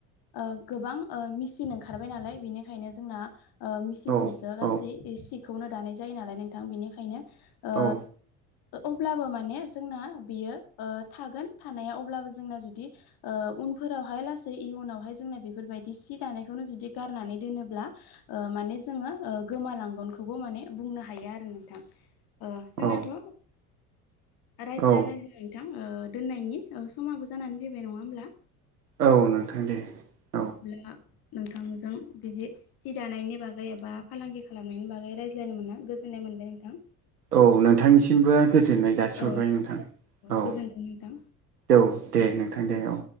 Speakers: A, on the left (about 50°); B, on the right (about 85°).
A: ओ गोबां ओ मिसिन ओंखारबाय नालाय बेनिखायनो जोंना। ओ मिसिनजोंसो
B: औ
A: गासै
B: औ
A: सिखौनो दानाय जायो नालाय नोंथां बेनिखायनो ओ।
B: औ
A: अब्लाबो माने जोंना बियो थागोन थानाया अब्लाबो जोंना जुदि ओ। उनफोरावहाय लासै इयनावहाय जोंना बेफोरबायदि सि दानायखौनो जुदि गारनानै दोनोब्ला। ओ माने जोंङो ओ गोमालांगोनखौबो माने ओ बुंनो हायो आरो नोंथां। ओ
B: औ
A: जोंनाथ। रायज्लाय
B: औ
A: रायज्लाय नोंथां ओ दोननायनि ओ समाबो जानानै फैबाय नङा होमब्ला।
B: औ नोंथां दे औ।
A: नोंथांजों बिदि सि दानायनि बागै एबा फालांगि खालामनायनि बागै रायज्लायनो मोना। गोजोननाय मोनबाय नोंथां।
B: औ नोंथांनिसिमबो गोजोननाय। जासिहरबाय
A: औ
B: नोंथां औ
A: गोजोनथों नोंथां।
B: औ दे नोंथां दे औ।